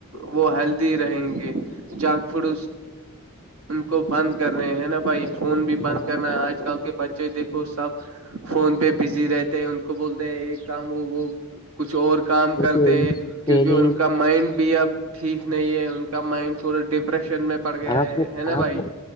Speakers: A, on the right; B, on the left.
A: وہ ہیلدی رہیں گے جنک فوڈ کو بند کرنے ہیں نا بھائی فون بھی
B: جان،
A: بند کرنا ہے آج کل کے بچے دیکھو سب فون پہ بزی رہتے ہیں ان کو بولتے یہ کام ہو وہ کچھ اور کام
B: وہ
A: کرتے
B: تو یہی
A: ہیں کیونکہ
B: پہلے
A: ان کا مائنڈ بھی اب ٹھیک نہیں ہے ان کا مائنڈ تھوڑا ڈپریشن میں پڑ گیا
B: آنکھوں
A: ہے نا بھائی
B: آنکھوں